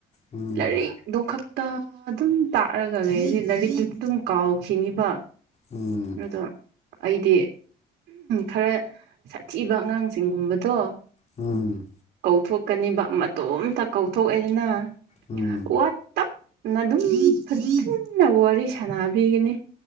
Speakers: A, on the left; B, on the right.
A: ꯎꯝ
B: ꯂꯔꯤ ꯗꯨ ꯈꯛꯇ ꯑꯗꯨꯝ ꯇꯥꯛꯑꯒ ꯂꯩꯁꯦ ꯂꯥꯏꯔꯤꯛꯇꯨꯗ ꯑꯗꯨꯝ ꯀꯥꯎꯈꯤꯅꯤꯕ
A: ꯎꯝ
B: ꯑꯗꯣ ꯑꯩꯗꯤ ꯈꯔ ꯁꯥꯊꯤꯕ ꯑꯉꯥꯡꯁꯤꯡꯒꯨꯝꯕꯗꯣ
A: ꯎꯝ
B: ꯀꯧꯊꯣꯛꯀꯅꯤꯕ ꯃꯇꯣꯝꯇ ꯀꯧꯊꯣꯛꯑꯦꯗꯅ
A: ꯎꯝ
B: ꯋꯥ ꯇꯞ ꯅ ꯑꯗꯨꯝ ꯐꯖꯟꯅ ꯋꯥꯔꯤ ꯁꯥꯟꯅꯕꯤꯒꯅꯤ